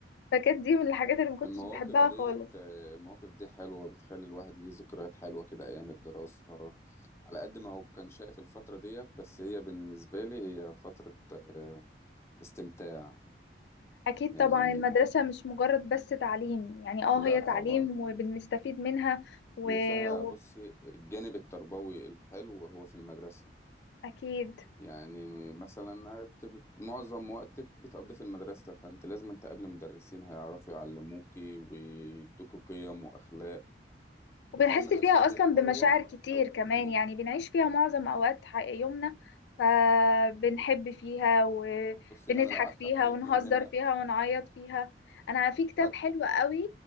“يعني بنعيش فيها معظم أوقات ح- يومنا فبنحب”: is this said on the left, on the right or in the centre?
Left